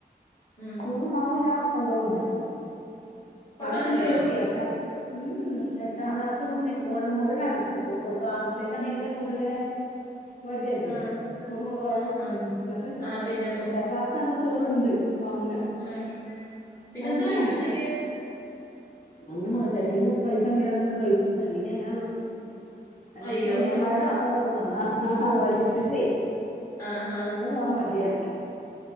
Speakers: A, on the left; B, on the left.
A: ഉം
B: <unintelligible> കൊണ്ടോവില്ല
A: കൊണ്ടോത്തില്ലയോ
B: <unintelligible> ഉം എട്ടാംക്ലാസ്സ് ത്തെ കുട്ടിക്ക് ഒരു മോനാണ് ആൺ കുട്ടികക്ക് പൊതുവേ മടിയല്ലേ
A: ആഹ്
B: ചോറ് കൊണ്ടുപോകാൻ
A: ആഹ് ആഹ്
B: ഉം എന്നിട്ട്
A: ആ പിന്നെ പിന്നെ
B: എട്ടാം ക്ലാസ്സ് ചോറുണ്ട് മാങ്ങൂല
A: ഉം പിന്നെന്തോ
B: ഒന്നും
A: കഴിക്കും ഉച്ചക്ക്
B: അന്ന് <unintelligible> പൈസ ഉണ്ടന്നെ കഴിക്കും അല്ലെങ്കെ അങ്ങനെ വെക്കും അല്ലെങ്കി
A: അയ്യോ
B: ചങ്ങായിമാരടെ <unintelligible> <unintelligible> മടിച്ചിട്ട്
A: ആഹ് ഹാ
B: കൊണ്ടുപോകാൻ മടിയാ